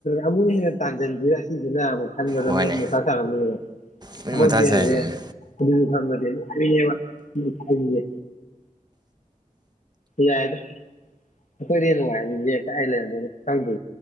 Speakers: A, on the left (about 65°); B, on the right (about 30°).
A: ꯑꯃꯨ ꯍ ꯇꯥꯛꯖꯕꯤꯔ ꯁꯤ ꯑꯗꯨꯅ ꯑꯃꯨ ꯑ
B: ꯍꯣꯏꯅꯦ
A: ꯃ ꯃꯁꯥ ꯆꯉꯅꯤ ꯦ
B: ꯅꯣꯏ ꯃꯊꯥ ꯁꯥꯏꯅꯤꯅꯦ
A: ꯌꯥꯏꯗ ꯑꯩꯈꯣꯏꯗꯤ ꯅꯨꯡꯉꯥꯏꯔꯅꯤꯛꯇ ꯑꯩ ꯂꯩꯔꯝ ꯈꯪꯗꯦ